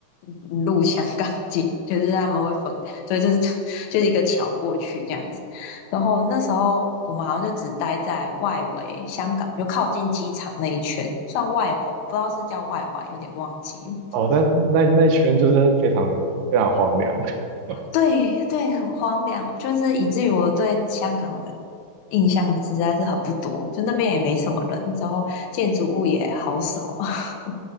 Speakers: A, on the left (about 75°); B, on the right (about 75°).
A: 入香港境，就是他们会分，对，就是 <laughs> 就是一个桥过去这样子。然后那时候我们好像就只待在外围香港，就靠近机场那一圈，算外环，不知道是叫外环，有点忘记了。
B: 哦，但那那圈就是非常非常荒凉，<laughs>
A: 对对，很荒凉，就是以至于我对香港的印象实在是很不多，就那边也没什么人，之后建筑物也好少，<laughs>